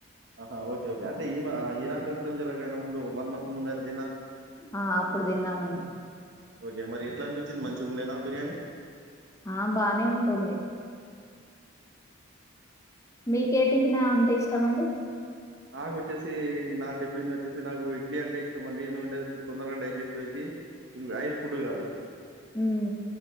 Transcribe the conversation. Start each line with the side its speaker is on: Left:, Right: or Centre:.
Right: ఆహ్ ఓకే ఓకే అంటే ఇమ ఇరాన్ లో యుద్ధ. యుద్ధం జరగకనముందు వన్ మంత్. ముందైనత్.
Left: ఆహ్ అప్పుడు తిన్నామండి.
Right: ఆహ్ మరి ఎట్లా అనిపించింది మంచిగా ఉండేనా. బిర్యానీ.
Left: ఆహ్ బానే ఉంటుంది. మీకే టిఫిన్ అంటే ఇష్టము అండి.
Right: నాకు వచ్చేసి నా టిఫిన్ వచ్చేసి నాకు ఇడ్లీ అంటే ఇష్టం అండి. ఎందుకంటే తొందరగా డైజెస్టివ్ అయ్యిద్ది. ఇది ఆయిల్ ఫుడ్ కాదు
Left: ఉమ్